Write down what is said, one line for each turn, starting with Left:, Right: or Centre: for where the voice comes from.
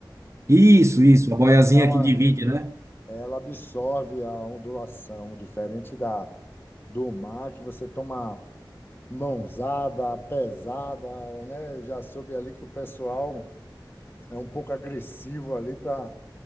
Right: Isso, isso, a boiazinha
Left: ela dá uma,
Right: que divide, né?
Left: ela absorve a ondulação, diferente da do mar, que você toma mãozada, pesada, né? Já soube ali que o pessoal é um pouco agressivo ali para